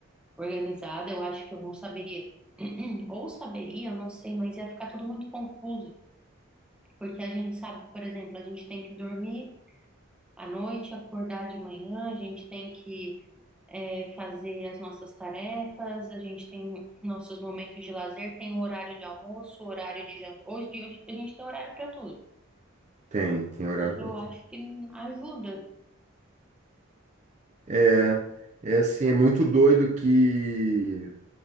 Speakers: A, in the centre; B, on the right (about 35°).
A: organizada. Eu acho que eu não saberia, <clears throat> ou saberia, eu não sei, mas ia ficar tudo muito confuso. Porque a gente sabe, por exemplo, a gente tem que dormir. à noite, acordar de manhã, a gente tem que é, fazer as nossas tarefas, a gente tem nossos momentos de lazer, tem o horário de almoço, o horário de jantar. Hoje, de hoje a gente tem horário para tudo.
B: Tem, tem horário para
A: Eu
B: tudo.
A: acho que ajuda.
B: É, é assim, é muito doido que